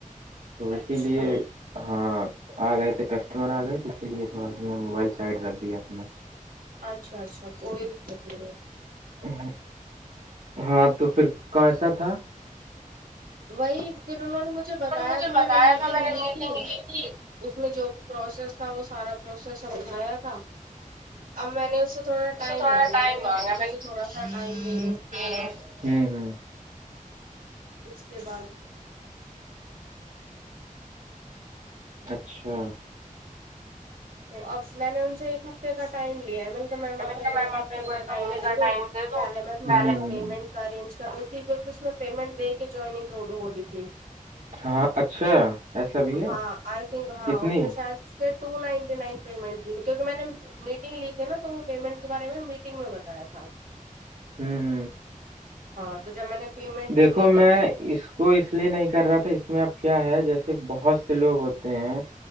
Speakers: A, on the right; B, on the right.
A: تو اسی
B: اچھا
A: لیے ہاں آ گئے تھے کسٹمر آ گئے تھے اسی لیے تھوڑا سا میں موبائل سائڈ رکھ دیا تھا میں <inaudible>
B: اچھا اچھا کوئی دقت نہیں ہے
A: ہ ہاں تو پھر کوسا تھا <inaudible>
B: وہی پھر انہوں نے مجھے بتایا
A: نے مجھے
B: تھا
A: بتایا
B: میں نے میٹنگ
A: تھا میں نے
B: لی
A: میٹنگ
B: تھی
A: لی تھی
B: اس میں جو بھی پروسیس تھا وہ سارا پروسیس سمجھایا تھا اب میں نے اس سے تھوڑا ٹائم
A: تھوڑا
B: مانگا
A: ٹائم
B: میں نے کہا
A: آگا
B: مجھے تھوڑا سا ٹائم دے دو
A: <inaudible> ہوں ہوں
B: اس کے بعد <inaudible>
A: اچھا
B: تو اب میں نے ان سے ایک ہفتے کا ٹائم لیا ہے میں نے میم آپ
A: میں
B: میرے
A: کہا
B: کو
A: میم
B: ایک
A: آپ
B: ہفتے
A: میرے کو
B: کا
A: ایک
B: ٹائم
A: ہفتے
B: دے
A: کا ٹائم
B: دو
A: دے دو
B: پہلے میں تھوڑا سا
A: ہوں
B: پیمنٹ ارینج کرنی تھی پھر اس میں پیمنٹ دے کے جوائنگ ہو رہی تھی
A: ہاں اچھا ایسا بھی ہے
B: ہاں آئی تھنک ہاں
A: کتنی
B: اس میں شاید ٹو نائن لن پیمنٹ تھی کیہ میں نے میٹنگ لی تھی نا تو وہ پیمنٹ کے بارے میں میٹنگ میں بتایا تھا
A: ہوں ہ
B: ہاں تو جب میں نے پیمنٹ
A: دیکھو
B: میٹنگ
A: میں
B: لی
A: اس وہ اس لیے نہیں کر رہا تھا اس میں اب کیا ہے جیسے بہت سے لوگ ہوتے ہیں